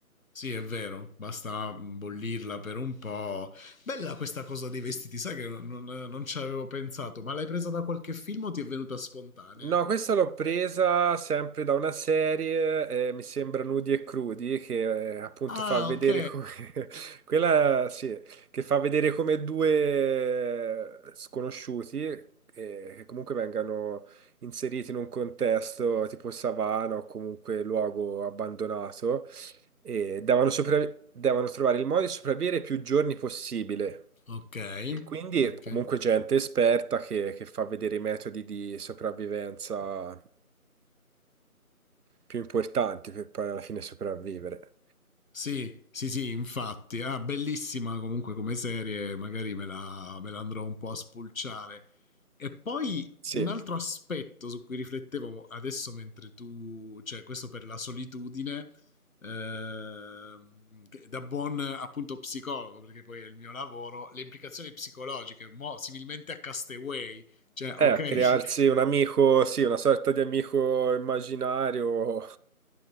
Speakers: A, on the left; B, on the right.
A: Sì, è vero, basta bollirla per un po'. Bella questa cosa dei vestiti, sai che non, non- non ci avevo pensato, ma l'hai presa da qualche film o ti è venuta spontanea?
B: No, questa l'ho presa sempre da una serie, eh, mi sembra Nudi e Crudi, che eh, appunto
A: Ah,
B: fa vedere
A: ok.
B: come... <laughs> quella, sì, che fa vedere come due sconosciuti, eh, che comunque vengano inseriti in un contesto tipo savana o comunque luogo abbandonato, e devono, sopravvi- devono trovare il modo di sopravvivere più giorni possibile.
A: Ok,
B: E quindi
A: ok.
B: è comunque gente esperta che, che fa vedere i metodi di sopravvivenza più importanti per poi alla fine sopravvivere.
A: Sì, sì, sì, infatti. Ah, bellissima comunque come serie, magari me la, me la andrò un po' a spulciare. E poi
B: Sì,
A: un altro aspetto su cui riflettevo adesso mentre tu, cioè questo per la solitudine, ehm, che- da buon appunto psicologo, perché poi è il mio lavoro, le implicazioni psicologiche, mo, similmente a Castaway, cioè
B: eh,
A: ok,
B: a crearsi un amico, sì, una sorta di amico immaginario.